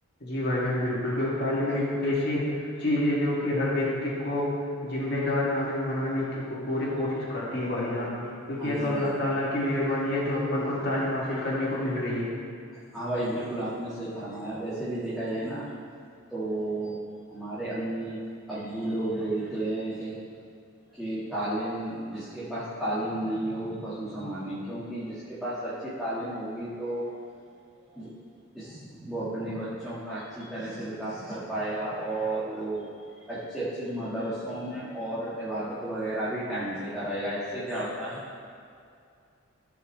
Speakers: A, on the left; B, in the centre.
A: جی بھائی جان بالکل کیونکہ تعلیم ایک
B: کیوں
A: ایسی چیز ہے جو کہ ہر ویکتی کو ذمہ دار ناگرک بنانے کی پوری کوشش کرتی ہے بھائی جان
B: ہاں
A: یہ
B: جی
A: تو اللہ
B: بھائی
A: تعالی کی مہربانی ہے جو اپن کو تعلیم حاصل کرنے کو مل رہی ہے
B: ہاں بھائی بالکل آپ نے صحیح فرمایا ویسے بھی دیکھا جائے نا تو ہمارے امی ابو لوگ بولتے ہیں کہ کہ تعلیم جس کے پاس تعلیم نہیں ہو وہ پسو سامان ہے کیونکہ جس کے پاس اچھی تعلیم ہوگی تو وہ اسس <unintelligible> وہ اپنے بچوں کا اچھی طرح سے وکاس کر پائے گا اور وہ اچھے اچھے مدرس سوں میں اور عبادت وغیرہ بھی ٹائم سے کرے گا اس سے کیا ہوتا ہے